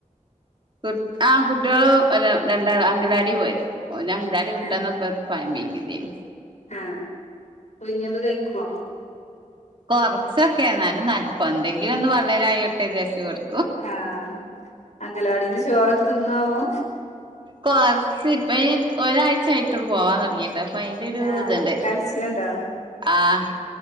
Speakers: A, on the right; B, on the left.
A: കുട് ആഹ് കുട്ട്യാള് ഒരാ രണ്ടാള് അങ്കലാടി പോയത് ഓന് അങ്കലാടി വിട്ടെന്നപ്പോ
B: ആഹ്
A: പയം പിയിങ്ങിയതേനി
B: ആഹ് പുയ്ങ്യേത് കഴിക്കോ
A: കൊർച്ചൊക്കെ എന്നാലും നല്ല എന്തെങ്കിലൊന്ന് പള്ളേലായോട്ടെ വിചാരിച്ച് കൊട്
B: ആഹ് അങ്കലവാടിന്ന് ചോറൊക്കെ തിന്നോ ആവോ
A: കൊർച്ച് ഇപ്പയ്ന് ഒരാഴ്ച്ചായിട്ടൊള്ളു പോവാൻ തൊടങ്ങീട്ട് അപ് പ്പയിന്റൊരു
B: ആഹ്
A: ഇത്ണ്ട്
B: കരച്ചിലുണ്ടോ
A: ആഹ്